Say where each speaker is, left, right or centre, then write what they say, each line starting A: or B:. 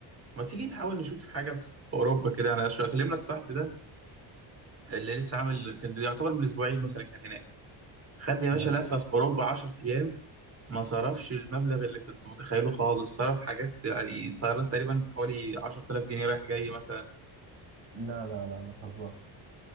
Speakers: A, on the right; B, on the right.
A: ما تيجي نحاول نشوف حاجة في في أوروبا كده أنا شو- أكلم لك صاحبي ده اللي لسه عامل كان يعتبر من اسبوعين
B: مم.
A: مثلا كان هناك خد يا
B: ماشي
A: باشا لفه في اوروبا 10 ايام ما صرفش المبلغ اللي كنت متخيله خالص صرف حاجات يعني طيران تقريبا حوالي 10000 جنيه رايح جاي مثلا
B: لا لا لا ما تهزرش